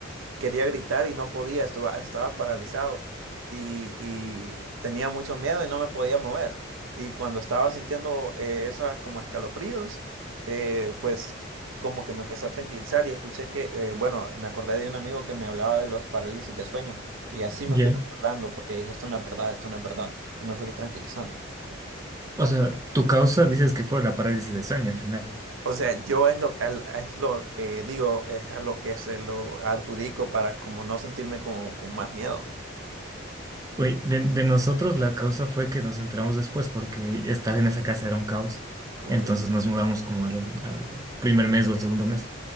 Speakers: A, on the right; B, on the right.
A: quería gritar y no podía, estuva- estaba paralizado y, y tenía mucho miedo y no me podía mover. Y cuando estaba sintiendo eh, eso ah, como escalofríos, eh, pues como que me empecé a tranquilizar y escuché que, eh, bueno, me acordé de un amigo que me hablaba de los parálisis de sueño y así me
B: Ya.
A: fui controlando porque dije, esto no es verdad, esto no es verdad y me fui tranquilizando.
B: O sea, tu causa dices que fue la parálisis de sueño al final.
A: O sea, yo es lo, al- es lo que digo, es a lo que se lo adjudico para como no sentirme como con más miedo.
B: Oye, de, de nosotros la causa fue que nos enteramos después porque estar en esa casa era un caos.
A: Ok,
B: Entonces nos mudamos como al, al primer mes o al segundo mes.